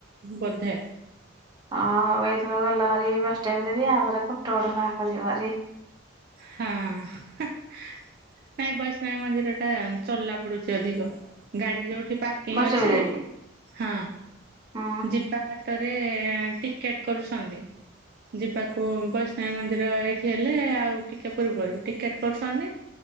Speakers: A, on the right; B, on the right.
A: ବୋଧେ,
B: ହଁ ହଉ ଏଇଥର ଗଲ ହରି ବୈଷ୍ଣବି ଦେବି ଆଉଥରେ କୋଟଗଡ଼ ପାର୍କ ଜୀବଭାରି ପାର୍କ ଯିବ ହରି
A: ହୁଁ ହ ନାଇଁ ବୈଷ୍ଣବୀ ମନ୍ଦିର ଟା ଚଲା ପଡୁଛି ଅଧିକ ଗାଡି ଯୋଉଠି ପାର୍କିଂ
B: ବୈଷ୍ଣବୀ
A: ଅଛି
B: ଦେବୀ
A: ହଁ
B: ହୁଁ
A: ଯିବା ବାଟରେ ଟିକେଟ କରୁସନ୍ତି। ଯିବାକୁ ବୈଷ୍ଣବି ମନ୍ଦିର ଏଇଠି ହେଲେ ଆଉ ଟିକେ ପୂର୍ବରୁ ଟିକେଟ କରୁଛନ୍ତି